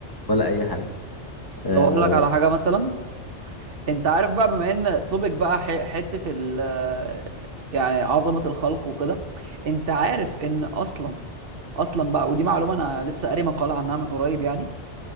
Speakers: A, on the left; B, on the right.
A: ولا اي حاجة آه...
B: طب اقول لك على حاجه مثلا انت عارف بقى بما ان توبيك بقى ح- حتة ال يعني عظمة الخلق وكده انت عارف ان اصلا اصلا بقى ودي معلومة انا لسه قاري مقالة عنها من قريب يعني